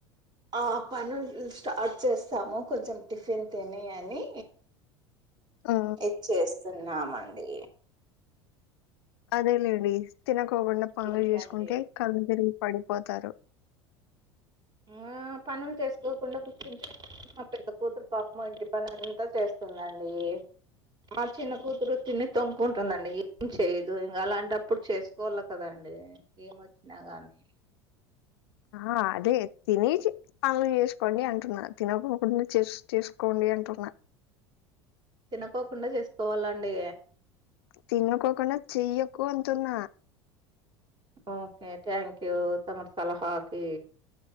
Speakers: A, on the right; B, on the left.
A: ఆ పనులు స్టార్ట్ చేస్తాము కొంచెం టిఫిన్ తిని అని
B: ఆ, ఆ.
A: ఇచ్చేస్తున్నామండి
B: అదే లేండి తినకోకుండా
A: ఇంకేంటండి
B: పనులు చేసుకుంటే కళ్ళు తిరిగి పడిపోతారు
A: ఆ పనులు చేసుకోకుండా కూర్చుంటే మా పెద్ద కూతురు పాపము ఇంటి పని అంతా చేస్తుందండి మా చిన్న కూతురు తిని తొంగకు ఉంటుందండి ఏం చెయ్యదు ఇంకా అలాంటప్పుడు చేసుకోవాలి కదండి ఏం వచ్చినా గానీ
B: ఆ అదే తినేచి పనులు చేసుకోండి అంటున్నా తినకోకుండా చేసి చేసుకోండి అంటున్నా
A: తినకోకుండా చేసుకోవాలండి
B: తినుకోకుండా చెయ్యకు అంటున్న
A: ఓకే థ్యాంక్ తమరు సలహా కి